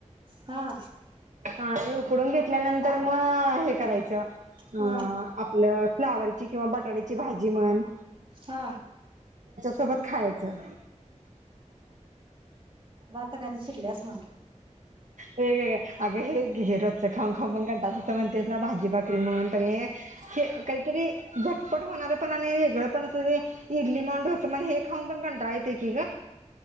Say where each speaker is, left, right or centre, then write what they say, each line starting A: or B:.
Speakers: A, on the right (about 40°); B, on the right (about 75°).
A: हा
B: हा आणि उकडून घेतल्यानंतर मग हे करायचं आ
A: हा
B: आपल्या फ्लावरची किंवा बटाट्याची भाजी म्हण
A: हा
B: सोबत खायचं
A: आता कायतरी शिकले असणार.
B: वेगवेगळे अग हे हे रोजच खाऊन-खाऊन पण कंटाळ तस म्हणतेस ना भाजी-भाकरी म्हण पण हे के काहीतरी झटपट होणार पण आणि वेगळ पण अस इडली म्हण, डोसा म्हण हे खाऊन पण कंटाळा येते की ग